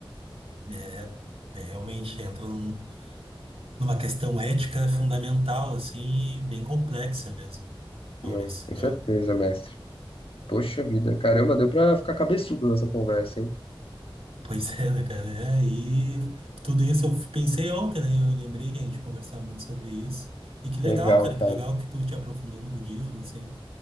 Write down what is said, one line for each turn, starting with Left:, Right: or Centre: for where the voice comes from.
Right: É, é realmente entra num numa questão ética fundamental, assim, e bem complexa mesmo, Maurício.
Left: Não, com
Right: É
Left: certeza,
Right: um-
Left: mestre. Poxa vida, caramba, deu pra ficar cabeçudo nessa conversa, hein?
Right: Pois é, né, cara? É, e tudo isso eu pensei ontem, né? Eu lembrei que a gente conversava muito sobre isso. E que legal,
Left: Legal,
Right: cara,
Left: cara.
Right: que legal que tu te aprofundou no budismo, assim,